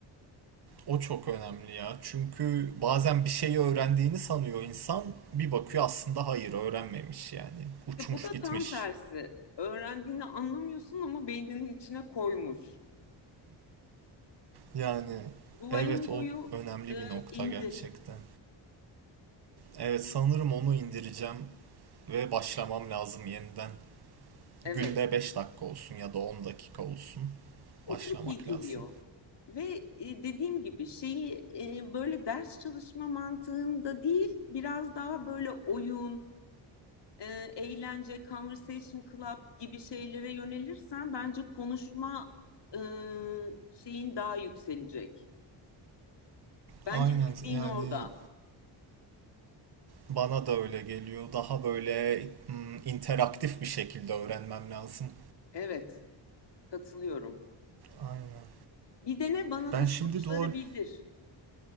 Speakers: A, on the right; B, on the left.
A: O çok önemli ya. Çünkü bazen bir şeyi öğrendiğini sanıyor insan. Bir bakıyor aslında hayır öğrenmemiş yani. Uçmuş
B: İşte bu da
A: gitmiş.
B: tam tersi. Öğrendiğini anlamıyorsun ama beyninin içine koymuş.
A: Yani
B: Duolingo'yu
A: evet o önemli
B: e,
A: bir nokta
B: indir.
A: gerçekten. Evet sanırım onu indireceğim ve başlamam lazım yeniden.
B: Evet.
A: Günde 5 dakika olsun ya da 10 dakika olsun.
B: O
A: Başlamak
B: çok iyi geliyor.
A: lazım.
B: Ve e, dediğim gibi şeyi e, böyle ders çalışma mantığında değil, biraz daha böyle oyun, e, eğlence, conversation club gibi şeylere yönelirsen bence konuşma e, şeyin daha yükselecek. Bence
A: Aynen
B: eksiğin
A: yani
B: orada.
A: bana da öyle geliyor. Daha böyle mm, interaktif bir şekilde öğrenmem lazım.
B: Evet, katılıyorum.
A: Aynen.
B: Bir dene bana
A: Ben
B: da
A: şimdi
B: sonuçları
A: Duolingo
B: bildir.